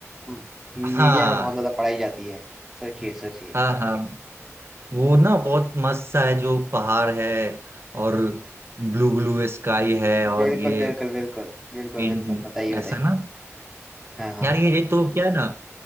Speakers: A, in the centre; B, on the right.
A: हम्म,
B: हाँ
A: मीडिया में बहुत ज्यादा पढ़ाई जाती है सोचिए सोचिए
B: हाँ वो ना बहुत मस्त सा है जो पहाड़ है और ब्लू ब्लू स्काई है और
A: बिल्कुल
B: ये
A: बिल्कुल बिल्कुल बिल्कुल
B: विन
A: बिल्कुल बताइए बताइए
B: ऐसा ना
A: हाँ हाँ
B: यार ये ये तो क्या है ना